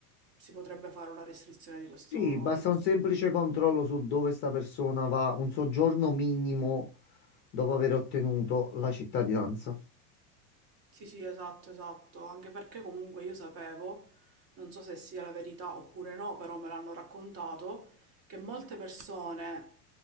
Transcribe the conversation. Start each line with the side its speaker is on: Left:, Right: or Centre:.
Right: Si potrebbe fare una restrizione di questo,
Left: Sì, basta
Right: di questo.
Left: un semplice controllo sul dove sta persona va, un soggiorno minimo dopo aver ottenuto la cittadinanza.
Right: Sì, sì, esatto, esatto, anche perché comunque io sapevo, non so se sia la verità oppure no, però me l'hanno raccontato, che molte persone,